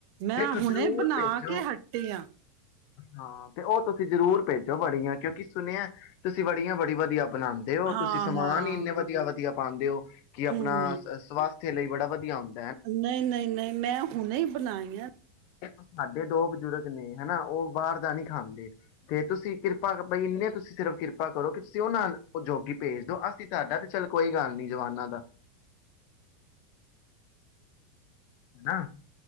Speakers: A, on the right (about 50°); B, on the left (about 50°).
A: ਮੈਂ
B: ਦੇਖੋ
A: ਹੁਣੇ
B: ਜ਼ਰੂਰ
A: ਬਣਾ
B: ਭੇਜੋ
A: ਕੇ ਹੱਟੀ ਆਂ।
B: ਹਾਂ ਤੇ ਉਹ ਤੁਸੀ ਜ਼ਰੂਰ ਭੇਜੋ ਵੜੀਆਂ ਕਿਉਂਕਿ ਸੁਣਿਐ ਤੁਸੀ ਵੜੀਆਂ ਬੜੀ ਵਧੀਆ ਬਣਾਉਂਦੇ ਔ
A: ਹਾਂ
B: ਤੁਸੀ ਸਮਾਨ
A: ਹਾਂ
B: ਈ ਇੰਨੇ ਵਧੀਆ-ਵਧੀਆ। ਪਾਂਦੇ ਔ। ਕਿ ਆਪਣਾ
A: ਹਮ
B: ਸਵਸਥ ਥੇ ਲਈ ਬੜਾ ਵਧਆ ਹੁੰਦ
A: ਨਹੀਂ, ਨਹੀਂ, ਨਹੀਂ ਮੈਂ ਹੁਣੇ ਈ ਬਣਾਈ ਆ।
B: ਸਾਡੇ ਦੋ ਬਜ਼ੁਰਗ ਨੇ ਹਨਾ, ਉਹ ਬਾਹਰ ਦਾ ਨੀ ਖਾਂਦੇ ਤੇ ਤੁਸੀਂ ਕਿਰਪਾ ਕ ਬਈ ਇੰਨੇ ਤੁਸੀਂ ਸਿਰਫ ਕਿਰਪਾ ਕਰੋ ਕਿ ਤੁਸੀਂ ਉਹ ਨਾ ਜੋਗੀ ਭੇਜ ਦੋ, ਅਸੀਂ ਸਾਡਾ ਤੇ ਚੱਲ ਕੋਈ ਗੱਲ ਨੀ ਜਵਾਨਾਂ ਦਾ। ਨਾ